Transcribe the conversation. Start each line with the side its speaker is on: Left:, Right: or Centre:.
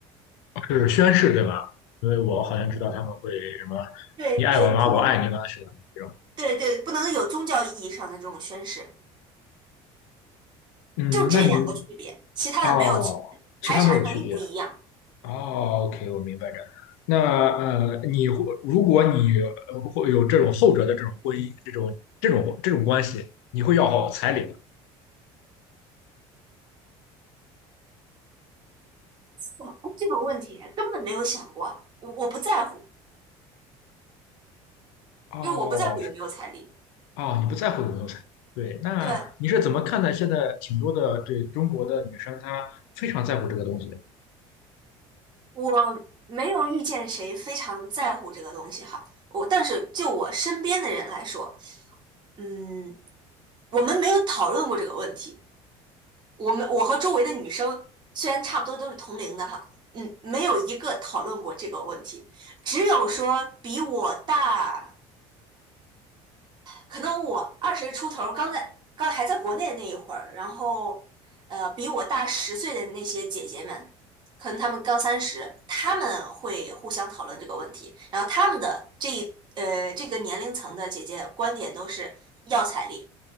Left: 是宣誓对吧？因为我好像知道他们会什么
Right: 对对，
Left: “你爱我吗？
Right: 不能，
Left: 我爱你吗”是吧？这种。
Right: 对对，不能有宗教意义上的这种宣誓，
Left: 嗯，
Right: 就这两个区别，
Left: 那你
Right: 其他的没有区别，
Left: 哦，其他没有区别。
Right: 财产上一模一样。
Left: 哦，OK，我明白这。那呃，你会如果你呃会有这种后者的这种婚姻，这种这种这种关系，你会要好彩礼吗？
Right: 哇这个问题根本没有想过，我我不在乎，
Left: 哦，
Right: 因为我不在乎有没有彩礼。
Left: 是哦，你不在乎有没有彩礼？对，那你是怎么看待现在挺多的对中国的女生，
Right: 对。
Left: 她非常在乎这个东西？
Right: 我没有遇见谁非常在乎这个东西哈，我但是就我身边的人来说，嗯，我们没有讨论过这个问题。我们我和周围的女生虽然差不多都是同龄的哈，嗯，没有一个讨论过这个问题，只有说比我大。可能我二十出头刚在刚还在国内的那一会儿，然后呃，比我大十岁的那些姐姐们，可能她们刚三十，她们会互相讨论这个问题，然后她们的这一呃这个年龄层的姐姐观点都是要彩礼，